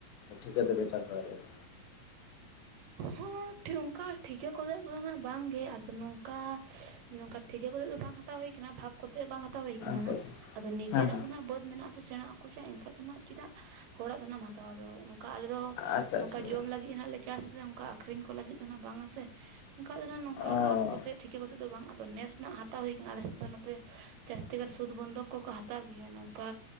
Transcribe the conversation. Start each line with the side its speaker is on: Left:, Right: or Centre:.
Left: ᱴᱷᱤᱠᱟᱹ ᱛᱮᱯᱮ ᱪᱟᱥ ᱵᱟᱲᱟᱭ ᱜᱮᱭᱟ
Right: ᱦᱚᱸ ᱚᱱᱠᱟ ᱴᱷᱤᱠᱟᱹ ᱠᱚᱫᱚ‌ ᱦᱟᱸᱜ ᱵᱟᱝᱜᱮ ᱟᱫᱚ ᱱᱚᱝᱠᱟ ᱱᱚᱝᱠᱟ ᱴᱷᱤᱠᱟᱹ ᱠᱚ ᱠᱟᱛᱮ ᱫᱚ ᱵᱟᱝ ᱦᱟᱛᱟᱣ ᱦᱩᱭ ᱠᱟᱱᱟ ᱵᱷᱟᱜᱽ ᱠᱚᱛᱮ ᱵᱟᱝ ᱦᱟᱛᱟᱣ ᱦᱩᱭ ᱠᱟᱱᱟ
Left: ᱟᱪᱪᱷᱟ
Right: ᱱᱟᱦᱟᱜ
Left: ᱟᱪᱪᱷᱟ
Right: ᱟᱫᱚ ᱱᱤᱡᱮᱨᱟᱜ
Left: ᱦᱮᱸ ᱦᱮᱸ
Right: ᱜᱮ ᱱᱟᱦᱱᱟᱜ ᱵᱟᱹᱫᱽ ᱢᱮᱱᱟᱜ ᱥᱮᱬᱟ ᱟᱠᱚ ᱪᱟ ᱮᱱᱠᱷᱟᱡ ᱫᱚ ᱱᱟᱜ ᱪᱮᱫᱟᱜ ᱦᱚᱲᱟᱜ ᱫᱚ ᱱᱟᱜ ᱮᱢ ᱦᱟᱛᱟᱣᱟ ᱟᱫᱚ ᱚᱱᱠᱟ ᱟᱞᱮ ᱫᱚ
Left: ᱟᱪᱪᱷᱟ
Right: ᱱᱚᱝᱠᱟ
Left: ᱟᱪᱪᱷᱟ ᱟᱪᱪᱷᱟ
Right: ᱡᱚᱢ ᱞᱟᱜᱤ ᱞᱟᱹᱜᱤᱫ ᱦᱟᱸᱜ ᱞᱮ ᱪᱟᱥ ᱟᱥᱮ ᱚᱱᱠᱟ ᱟᱹᱠᱷᱨᱤᱧ ᱠᱚ ᱞᱟᱹᱜᱤᱫ ᱫᱚ ᱦᱟᱸᱜ ᱵᱟᱝᱟ ᱥᱮ ᱮᱱᱠᱟᱡ ᱫᱚ ᱱᱚᱝᱠᱟ
Left: ᱚ
Right: ᱵᱷᱟᱜᱽ ᱠᱚ ᱠᱟᱛᱮ ᱴᱷᱤᱠᱟᱹ ᱠᱟᱛᱮᱫ ᱫᱚ ᱵᱟᱝ ᱟᱫᱚ ᱱᱮᱥ ᱱᱟᱜ ᱦᱟ <unintelligible> ᱦᱟᱛᱟᱣ ᱦᱩᱭ ᱠᱟᱱᱟ ᱟᱞᱮ ᱥᱮᱫ ᱫᱚ ᱱᱚᱛᱮ ᱡᱟᱹᱥᱛᱤ ᱜᱟᱱ ᱥᱩᱫᱽ ᱵᱚᱱᱫᱷᱚᱠ ᱠᱚᱠᱚ ᱦᱟᱛᱟᱣ ᱜᱮᱭᱟ ᱱᱚᱝᱠᱟ